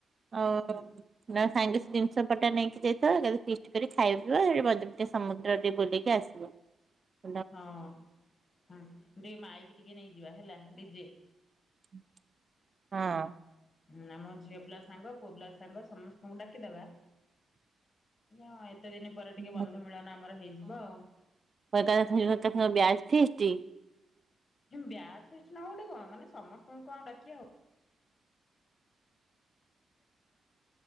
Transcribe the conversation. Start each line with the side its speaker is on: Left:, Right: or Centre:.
Right: ଆଉ
Left: ହୁଁ
Right: ନ ସାଙ୍ଗେ ସେ ଜିନିଷ ପଟା ନେଇକି ଯାଇଥିବ, ଏକାଥରେ ଫିଷ୍ଟ କରିକି ଖାଇବ ପିବ ସେଠି ବ ସମୁଦ୍ର ଟିକେ ବୁଲିକି ଆସିବ। <inaudible>
Left: ହଁ। ହୁଁ ଦେ ମାଈକି ଟିକେ ନେଇଯିବା ହେଲା ଡିଜେ।
Right: ହଁ।
Left: ହଁ ଆମ ଝିଅ ପିଲା ସାଙ୍ଗ ପୁଅ ପିଲା ସାଙ୍ଗ ସମସ୍ତେ ଙ୍କୁ ଡାକିଦବା। ହଁ ଏତେ ଦିନ ପରେ ଟିକେ
Right: ହଁ
Left: ବନ୍ଧୁ ମିଳନ ଆମର ହେଇଯିବ ଆଉ।
Right: <unintelligible> ବ ବ୍ୟାଜ ଫିଷ୍ଟ।
Left: ବ୍ୟାଜ ଫିଷ୍ଟ ନ ଗଟେ କଣ ମାନେ ସମସ୍ତଙ୍କୁ କଣ ଆଉ ଡାକିି ହବ?